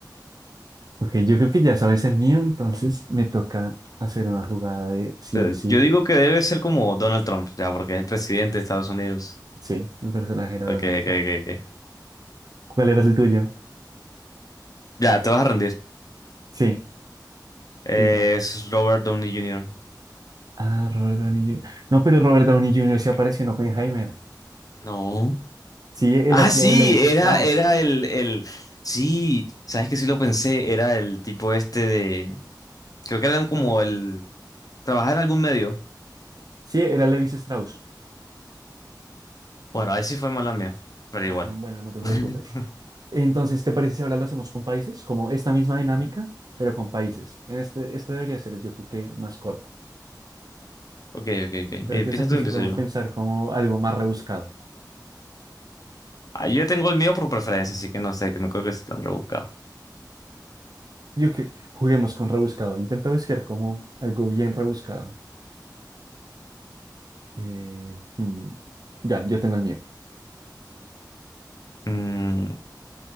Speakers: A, on the right (about 60°); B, on the left (about 55°).
A: Ok, yo creo que ya sabes el mío, entonces me toca hacer una jugada de sí
B: O sea,
A: o sí.
B: yo digo que debe ser como Donald Trump, ya, porque es el presidente de Estados Unidos.
A: Sí, mi personaje era
B: Ok,
A: Donald
B: ok,
A: Trump.
B: ok. ok.
A: ¿Cuál era el tuyo?
B: Ya, te vas a rendir.
A: Sí,
B: Eh,
A: sí, ya.
B: es Robert Downey Jr.
A: Ah, Robert Downey Jr. No, pero Robert Downey Jr. sí apareció en Oppenheimer.
B: No.
A: Sí, él
B: Ah,
A: hacía
B: sí,
A: de Levis
B: era,
A: Strauss.
B: era el, el. Sí, sabes que sí lo pensé. Era el tipo este de. Creo que era como el. Trabajar en algún medio.
A: Sí, era Levis Strauss.
B: Bueno, ahí sí fue mala mía. Pero
A: <laughs>
B: igual.
A: Bueno, no te preocupes.
B: <laughs>
A: Entonces, ¿te parece si ahora lo hacemos con países? Como esta misma dinámica, pero con países. En este, este debería ser, yo creo que más corto.
B: Ok, ok, ok.
A: Pero
B: Empieza
A: entonces aquí
B: tú,
A: sí
B: empiezo
A: podemos
B: yo.
A: pensar como algo más rebuscado.
B: Ah, yo ya tengo el mío por preferencia, así que no sé, que no creo que sea tan rebuscado.
A: Yo que juguemos con rebuscado. Intenta buscar como algo bien rebuscado. Eh, hmm, Ya, yo tengo el mío.
B: Mm,